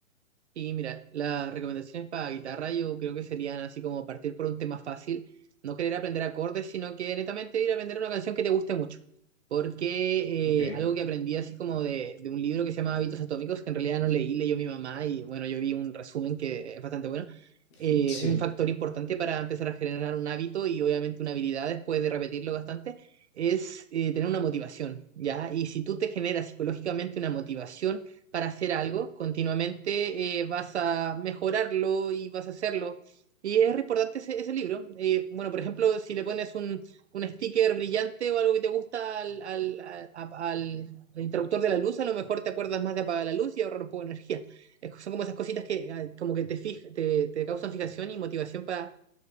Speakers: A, on the right; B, on the left.
A: Y mira, las recomendaciones para guitarra yo creo que serían así como partir por un tema fácil, no querer aprender acordes, sino que netamente ir a aprender una canción que te guste mucho. Porque
B: Ok,
A: eh, algo que aprendí así como de, de un libro que se llama Hábitos Atómicos, que en realidad no leí, leyó mi mamá y bueno, yo vi un resumen que es bastante bueno.
B: <laughs>
A: eh,
B: sí,
A: un factor importante para empezar a generar un hábito y obviamente una habilidad después de repetirlo bastante es eh, tener una motivación, ¿ya? Y si tú te generas psicológicamente una motivación, para hacer algo, continuamente eh, vas a mejorarlo y vas a hacerlo. Y es re importante ese, ese libro. Eh, bueno, por ejemplo, si le pones un, un sticker brillante o algo que te gusta al, al, a- al- al interruptor de la luz, a lo mejor te acuerdas más de apagar la luz y ahorrar un poco de energía. Es- son como esas cositas que ah, como que te, fij- te, te causan fijación y motivación para,